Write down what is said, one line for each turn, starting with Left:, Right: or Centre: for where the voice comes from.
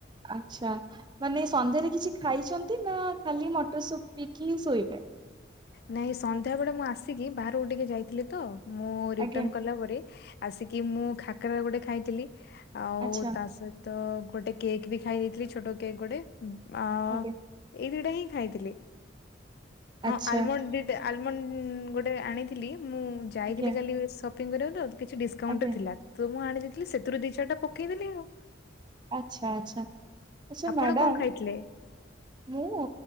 Right: ଆଚ୍ଛା ମାନେ ସନ୍ଧ୍ୟାରେ କିଛି ଖାଇଛନ୍ତି ନା ଖାଲି ମଟର ସୁପ ପିକି ହିଁ ଶୋଇବେ।
Left: ନାଇଁ ସନ୍ଧ୍ୟା ବେଳେ ମୁଁ ଆସିକି ବାହହାରକୁ ଟିକେ ଯାଇଥିଲି ତ ମୁଁ ରିଟର୍ଣ
Right: ଆଜ୍ଞା
Left: କଲା ପରେ। ଆସିକି ମୁଁ ଖାକରା ଗୋଟେ ଖାଇଥିଲି ଆଉ
Right: ଆଚ୍ଛା
Left: ତା ସହି ତ ଗୋଟେ କେକ୍ ବି ଖାଇ ଦେଇେଇଥିଲି ଛୋଟ କେକ୍ ଗୋଟେ ଆ।
Right: ଆଜ୍ଞା
Left: ଏଇ ଦିଇଟା ହିଁ ଖାଇଥିଲି। ହଁ
Right: ଆଚ୍ଛା
Left: ଆଲମଣ୍ଡ ଦୁଇଟା ଆଲମଣ୍ଡ ଗୋଟେ ଆଣିଥିଲି ମୁଁ ଯାଇଥିଲି
Right: ଆଜ୍ଞା
Left: କାଲି ସପିଙ୍ଗ କରିବାକୁ ତ କିଛି ଡିସକାଉଣ୍ଟ
Right: ଆଜ୍ଞା
Left: ଥିଲା ତ ମୁଁ ଆଣି ଦେଇେଇଥିଲି ସେଥିରୁ ଦୁି ଚାରିଟା ପକେଇଦେଲି ଆଉ।
Right: ଆଚ୍ଛା ଆଚ୍ଛା ଆଚଛା
Left: ଆପଣ
Right: ମ୍ୟାଡ଼ାମ
Left: କଣ ଖାଇଥିଲେ
Right: ମୁଁ।